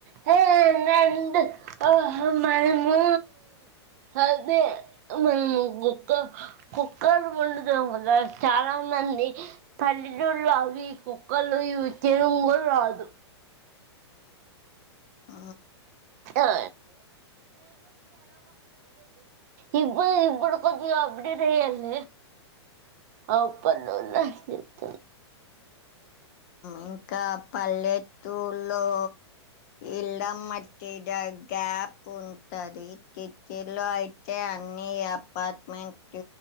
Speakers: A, on the right; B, on the left.
A: హే నంద అహ మైము అదే మన కుక్క కుక్క ముందు జ క చాలా మంది పల్లెటూళ్ు అవి కుక్కలు ఇవి తెలుంగులు రాదు
B: ఆ
A: అే ఇప్పు ఇప్పుడు కొంచ అప్పుడ రల్ అప్పు ను చెప్తు
B: ఇంకా పల్లెటూల్లో ఇళ్ల మతిద గ్యాప్ ఉంటది. కిటకిలో అయితే, అన్ని అపార్ట్మెంట్